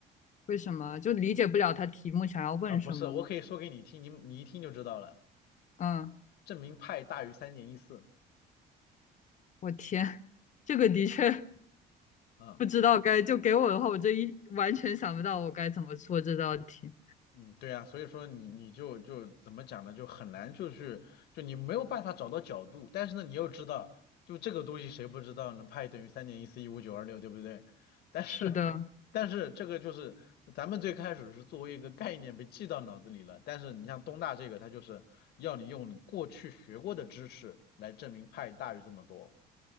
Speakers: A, on the left; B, on the left.
A: 为什么？就理解不了他题目想要问什么吗？
B: 啊，不是，我可以说给你听，你你一听就知道了，
A: 嗯，
B: 证明派大于三点一四
A: 我天，这个的确
B: 啊，
A: 不知道该，就给我的话，我这一完全想不到我该怎么做这道题。
B: 嗯，对啊，所以说你你就就怎么讲呢，就很难，就是就你没有办法找到角度，但是呢，你又知道，就这个东西谁不知道呢？派等于三点一四一五九二六，对不对？但是
A: 是的，
B: <laughs> 但是这个就是咱们最开始是作为一个概念被记到脑子里了，但是你像东大这个，它就是要你用你过去学过的知识来证明派大于这么多，